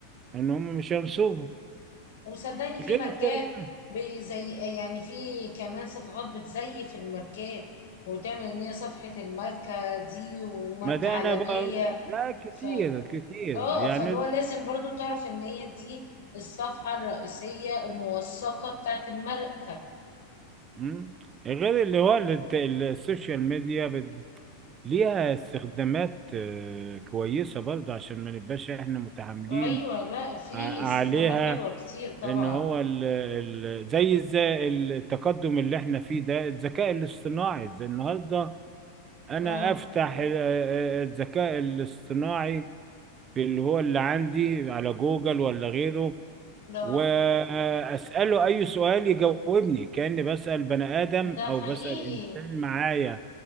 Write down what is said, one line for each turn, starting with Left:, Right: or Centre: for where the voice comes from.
Right: ان هم مش هينصبوا
Left: وصدقني
Right: غير
Left: في ماركات
Right: فين
Left: بي- زي يعني في كمان صفحات بتزيف الماركات وتعمل ان هي صفحة الماركة دي وماركة
Right: ما ده
Left: عالمية
Right: انا بقول لا كتير
Left: ف
Right: كتير
Left: اه
Right: يعني
Left: فاللي هو
Right: ده
Left: لازم برضو تعرف ان هي دي الصفحة الرئيسية الموثقة بتاعت الماركة
Right: مم. غير اللي هو الت- السوشيال ميديا ليها استخدامات آه، كويسة برضه عشان ما نبقاش احنا متعاملين
Left: ايوه لا في
Right: ع-
Left: استخدامات
Right: عليها
Left: حلوة كتير طبعا
Right: ان هو ال ال زي الز- التقدم اللي احنا فيه ده الذكاء الاصطناعي زي النهارده انا
Left: اه
Right: افتح ال- آه، آه، الذكاء الاصطناعي في اللي هو اللي عندي على جوجل ولا غيره
Left: ده
Right: واساله اي سؤال يجاوبني كاني بسال بني ادم
Left: ده
Right: او
Left: حقيقي
Right: بسال انسان معايا